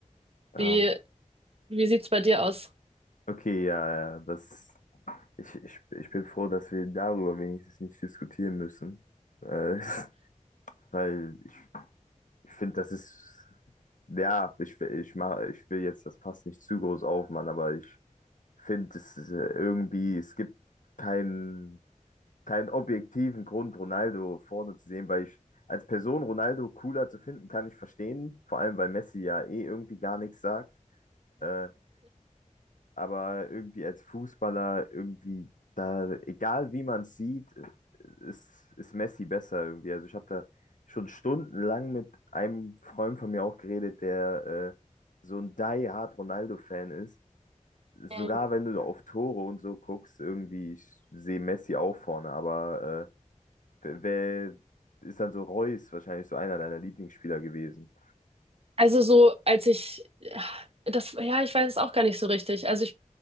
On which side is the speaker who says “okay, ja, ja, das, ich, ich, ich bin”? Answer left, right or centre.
Left